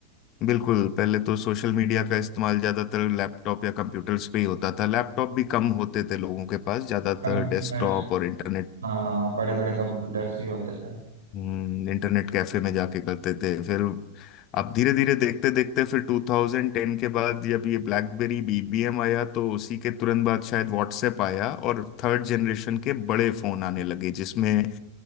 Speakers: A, on the left (about 40°); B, on the right (about 75°).
A: बिल्कुल पहले तो सोशल मीडिया का इस्तेमाल ज्यादातर लैपटॉप या कंप्यूटर्स पे ही होता था लैपटॉप भी कम होते थे लोगों के पास ज्यादातर
B: कंप्यूटर
A: डेस्कटॉप और इंटरनेट
B: हाँ बड़े बड़े कंप्यूटर्स भी होते थे
A: हम्म, इंटरनेट कैफे में जाके करते थे फिर अब धीरे धीरे देखते देखते फिर 2010 के बाद जब ये ब्लैकबेरी बीबीएम आया तो उसी के तुरंत बाद शायद व्हाट्सएप आया और थर्ड जनरेशन के बड़े फोन आने लगे जिसमें